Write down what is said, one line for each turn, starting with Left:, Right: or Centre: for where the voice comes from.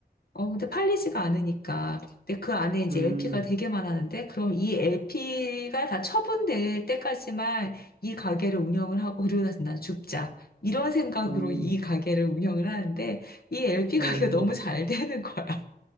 Left: 어, 근데 팔리지가 않으니까. 근데 그 안에 이제
Right: 음,
Left: LP가 되게 많았는데, 그럼 이 LP가 다 처분될 때까지만 이 가게를 운영을 하고, 그리고 나서 난 죽자. 이런 생각으로
Right: 음,
Left: 이 가게를 운영을 하는데, 이 LP
Right: 음,
Left: 가게가 너무 잘 되는 거야.